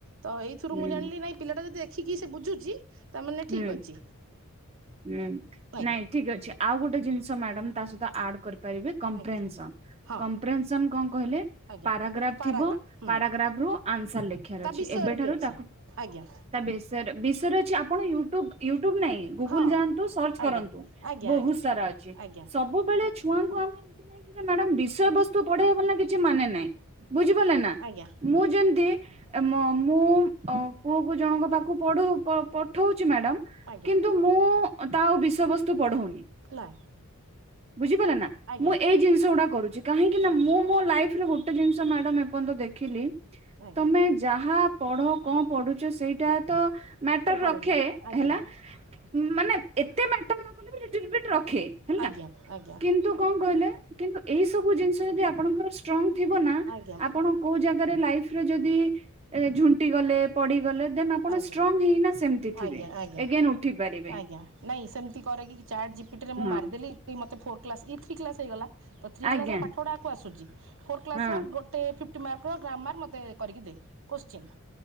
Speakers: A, on the right (about 60°); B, on the right (about 30°).
A: ତ ଏଇଥିରୁ
B: ହୁଁ।
A: ମୁଁ ଜାିଲି ନାଇଁ ପିଲାଟା ଯଦି କି କି ସେ ବୁଝୁଛି ତାମାନେ
B: ହୁଁ
A: ଠିକ ଅଛି।
B: ହୁଁ
A: ଆଜ୍ଞା
B: ନାଇଁ ଠିକ ଅଛି ଆଉ ଗୋଟେ ଜିନିଷ ମ୍ୟାଡାମ। ତା ସହିତ ଆଡ଼ କରିବୁ। କହିବେ କଂପ୍ରେନ୍ସନ
A: ଆଜ୍ଞା ହଁ
B: କମ୍ପରେନ୍ସନ କଣ କହିଲେ
A: ଆଜ୍ଞା
B: ପାରାଗ୍ରାପ
A: ପାରାଗ୍ରାଫ
B: ଥିବ
A: ହୁଁ
B: ପାରାଗ୍ରାପରୁ ଆନସାର ଲେଖିବାର
A: ତା
B: ଅଛି
A: ବିଷୟରେ
B: ଏବେଠାରୁ
A: ବି ଅଛି।
B: ତାକୁ
A: ଆଜ୍ଞା
B: ତା ବିଶ ବିଷୟରେ ଅଛି ଆକ - କଣ ୟୁଟୁବ ୟୁ ୟୁଟୁବ ନାଇଁ ଗୁଗୁୁଲ
A: ହଁ
B: ଯାଆନ୍ତୁ ସର୍ଚ୍ଚ
A: ଆଜ୍ଞା
B: କରନ୍ତୁ
A: ଆଜ୍ଞା
B: ବହୁ
A: ଆଜ୍ଞା
B: ସାରା ଅଛି
A: ଆଜ୍ଞା
B: ସବୁବେଲେ ଛୁଆଙ୍କୁ ଆମେକି ମ୍ୟାଡାମଡ଼ିସ ଷୟ ବସ୍ତୁ ପେଇବ ନା କିଛି ମାନେ ନାହିଁ ବୁଝିପାରିଲେ ନା
A: ଆଜ୍ଞା
B: ମୁଁ ଯେମତି ମୁଁ ପୁଅ କୁ ଜଣଙ୍କ ପାଖକୁ ପଢୁପ ପ ମାଡାମ
A: ଆଜ୍ଞା
B: କିନ୍ତୁ ମୁଁ ତାଉ ବିଷୟବସ୍ତୁ ତୁ ବଡ଼ ହନି
A: ନା
B: ବୁଝିପାରିଲ ନା
A: ଆଜ୍ଞା
B: ମୁଁ ଏଇ ଜିନିଷ ଗୁଡା କରୁଛି କାହିଁକି ନା
A: ଆଜ୍ଞା
B: ମୁଁ ମୋ ଲାଇଫ ଗୋଟେ ଜିନିଷ ମ୍ୟାଡ଼ମ୍ ଏପଯ୍ୟନ୍ତ ଦେଖିଲି
A: ଆଜ୍ଞା।
B: ତମେ ଯାହା ପଢ଼ କଣ ପଢ଼ୁଛ ସେଇଟା ତ ମ୍ୟାଟର
A: କରେନି
B: ରଖ <inaudible>
A: ଆଜ୍ଞା
B: ହେଲା। ମାନେ ଏତେ ମ୍ୟାଟର ନ କଲେ ବି ଲିଟିଲ୍ ବିଟ୍ ରଖେ ହେଲା।
A: ଆଜ୍ଞା ଆଜ୍ଞା
B: କିନ୍ତୁ କଣ କହିଲେ କିନ୍ତୁ ଏଇ ସବୁ ଜିନିଷ ଯଦି ଆପଣଙ୍କର ଷ୍ଟ୍ରଙ୍ଗ ଥିବ ନା
A: ଆଜ୍ଞା
B: ଆପଣ କୋଉ ଜାଗାରେ ଲାଇଫ ଯଦି ଏ ଝୁଣ୍ଟି ଗଲେ ପଡ଼ିଗଲେ ଆପଣ
A: ଆଜ୍ଞା।
B: ଷ୍ଟ୍ରଙ୍ଗ ହେଇନା ସେମିତି ଥିବେ
A: ଆଜ୍ଞା ଆଜ୍ଞା
B: ଏଗେନ ଉଠି ପାରିବେ
A: ଆଜ୍ଞା। ନାଇଁ ସେମିତି କରରେ କିି ଚାାର୍ଟ ଜିପିଟ ରେ ମୁଁ
B: ହଁ
A: ମାରିଦେଲି ମୋତ ଫୋ କ୍ଲାସ୍ ଇଥ୍ରୀ କ୍ସ୍ ହେଇଗଲା ତ ଥ୍ରୀ
B: ଆଜ୍ଞା
A: କ୍ଲାସ ର ପାଠପଢାକୁ ଆସୁଛି। ଫୋର୍ କ୍ଲାସ
B: ହଁ
A: ର ଗୋଟେ ଫଟି ମାର୍କ ର ଗ୍ରାମାର କରିକି ଦେ କୋଶ୍ଚିନ୍